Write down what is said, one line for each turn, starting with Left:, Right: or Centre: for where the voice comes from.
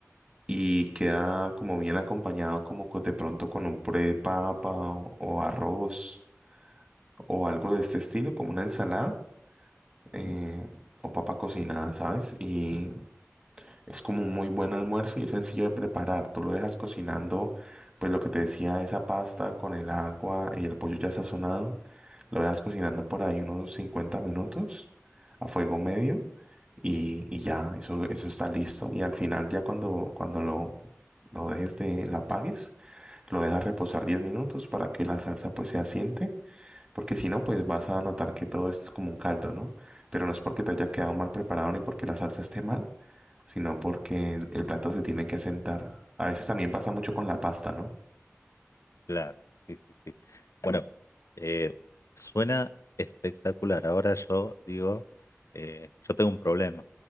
Right: y queda como bien acompañado como co- de pronto con un puré de papa o, o arroz o algo de este estilo, como una ensalada eh,
Left: ujú,
Right: o papa cocinada, ¿sabes? Y es como un muy buen almuerzo y es sencillo de preparar. Tú lo dejas cocinando, pues lo que te decía, esa pasta con el agua y el pollo ya sazonado. Lo dejas cocinando por ahí unos 50 minutos a fuego medio y,
Left: ujú.
Right: y ya, eso, eso está listo. Y al final ya cuando, cuando lo, lo dejes de, lo apagues, lo dejas reposar 10 minutos para que la salsa pues se asiente porque si no, pues vas a notar que todo es como un caldo, ¿no? Pero no es porque te haya quedado mal preparado ni porque la salsa esté mal, sino porque el, el plato se tiene que asentar. A veces también pasa mucho con la pasta, ¿no?
Left: Claro, sí, sí, sí. Bueno, eh, suena espectacular. Ahora yo digo, eh, yo tengo un problema.